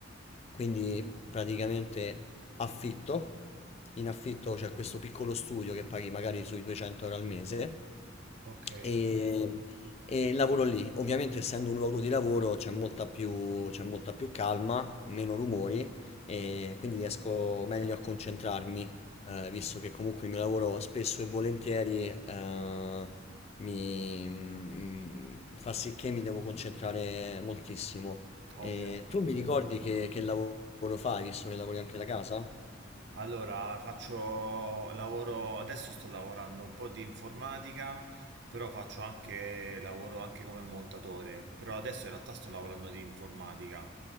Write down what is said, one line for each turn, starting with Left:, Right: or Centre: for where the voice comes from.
Left: Quindi praticamente affitto, in affitto c'è questo piccolo studio che paghi magari sui 200 euro al mese
Right: ok,
Left: e, e lavoro lì. Ovviamente, essendo un luogo di lavoro, c'è molta più, c'è molta più calma, meno rumori, e quindi riesco meglio a concentrarmi, eh, visto che comunque il mio lavoro spesso e volentieri, eh, mi, mm, fa sì che mi devo concentrare moltissimo.
Right: ovvio.
Left: E tu mi ricordi che, che lavoro fai, visto che lavori anche da casa?
Right: Allora, faccio lavoro, adesso sto lavorando un po' di informatica, però faccio anche lavoro anche come montatore, però adesso in realtà sto lavorando di informatica.